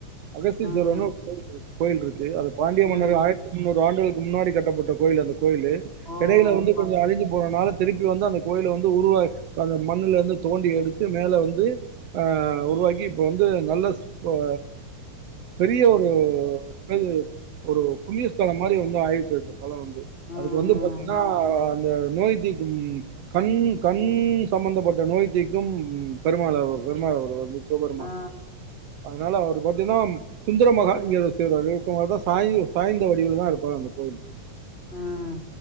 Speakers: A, on the right; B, on the left.
A: அகஸ்சீஸ்வரர்னு
B: ம்
A: ஒரு கோயில்ருக்கு கோயில்ருக்கு அது பாண்டிய
B: ம்
A: மன்னரு ஆயிரத் முன்னூறு ஆண்டுகளுக்கு முன்னாடி கட்டப்பட்ட கோயில் அந்த கோயிலு
B: ஓ
A: எடையில வந்து
B: அப்பா
A: கொஞ்ச அழிஞ்சு போனனால திருப்பி வந்து அந்த கோயில வந்து உருவாக் அந்த மண்ணுல இருந்து தோண்டி எடுத்து மேல வந்து ஆ உருவாக்கி இப்ப வந்து நல்ல ப பெரிய ஒரு ப்றகு ஒரு புண்ணியஸ்தலம் மாரி வந்து ஆயிருக்கு அது தொல வந்து
B: ம்
A: அதுக்கு வந்து பாத்தீங்கனா அந்த நோய்த் தீக்கும் கண் கண்
B: ம் ம்
A: சம்பந்தப்பட்ட நோய்த்திக்கும் பெருமாள் அவர் பெருமாள் அவர் வந்து சிவபெருமான்
B: ஆ
A: அதனால அவர் பாத்தீனா சுந்தர மகாலிங்கேஷ் தேர் <unintelligible> அதா சாய்வு சாய்ந்த வடிவுல தா இருப்பார் அந்த கோயில்
B: ம்